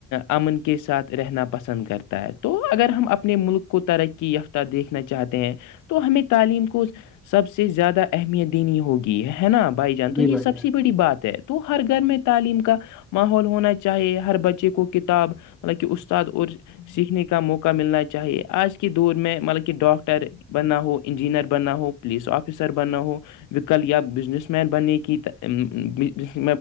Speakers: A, on the left; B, in the centre.
A: امن کے ساتھ رہنا پسند کرتا ہے تو اگر ہم اپنے اپنے ملک کو ترقی یافتہ دیکھنا چاہتے ہیں تو ہمیں تعلیم کو سب سے زیادہ اہمیت دینی ہوگی ہے نا بائی جان تو
B: جی
A: یہ
B: بھائی
A: سب
B: جان
A: سے بڑی بات ہے تو ہر گھر میں تعلیم کا ماحول ہونا چ چاہے ہر بچے کو کتاب مطلب کہ استاد اور سیکھنے کا موقع ملنا چاہیے آج کے دور میں مطلب کہ ڈاکٹر بنا ہو انجینئر بنا ہو پولیس آفیسر بنا ہو وکل یا بزنس مین بننے کی بس